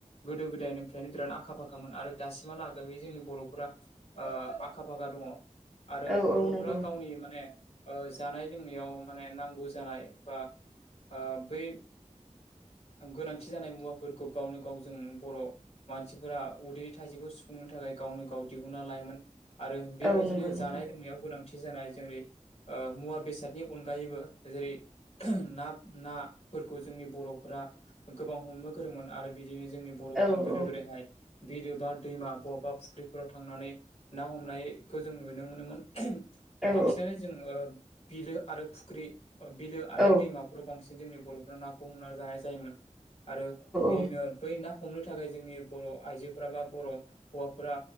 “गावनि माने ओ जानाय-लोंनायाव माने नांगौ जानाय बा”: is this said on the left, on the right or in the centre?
Left